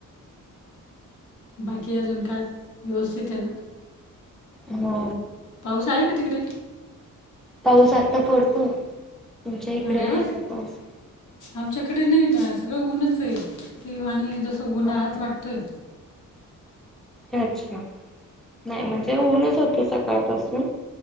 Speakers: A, on the left; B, in the centre.
A: बाकी अजून काय व्यवस्थित आहे ना
B: हो
A: पाऊस आहे का तिकडे
B: पाऊस आता पडतो तुमच्या इकडे
A: अरे
B: आहे
A: वा
B: का पाऊस
A: आमच्याकडे नाही ड सगळं उनच आहे ते आणि जसं उन्हाळाच
B: हो का?
A: वाटतोय
B: अच्छा नाही म्हणजे ऊनच होतं सकाळपासून